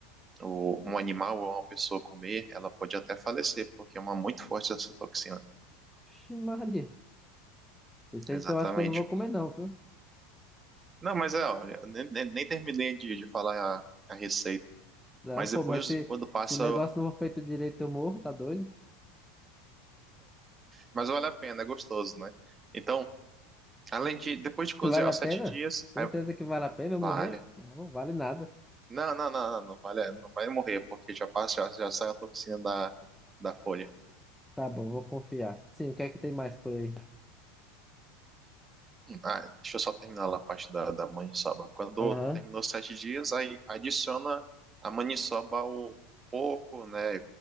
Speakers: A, on the right; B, in the centre.
A: o, um animal ou uma pessoa comer, ela pode até falecer, porque é uma muito forte essa toxina.
B: Ixi, Maria. Esse
A: Exatamente.
B: aí então eu acho que eu não vou comer não, viu?
A: Não, mas é, olha, nem, nem, nem terminei de, de falar a, a receita,
B: Não,
A: mas
B: pô,
A: depois,
B: mas se,
A: quando passa,
B: se o negócio não for feito direito eu morro, tá doido?
A: mas vale a pena, é gostoso, né? Então, além de, depois de cozinhar
B: Vale
A: os
B: a
A: sete
B: pena?
A: dias,
B: Certeza
A: aí
B: que vale a pena eu
A: vale.
B: morrer? Não, vale nada.
A: Não, não, não, não, não vale, não vai morrer, porque já passa, já, já sai a toxina da, da folha.
B: Tá bom, vou confiar. Sim, o que é que tem mais por aí?
A: Ah, deixa eu só terminar lá a parte da, da maniçoba. Quando
B: Aham.
A: terminou sete dias, aí adiciona a maniçoba ao porco, né?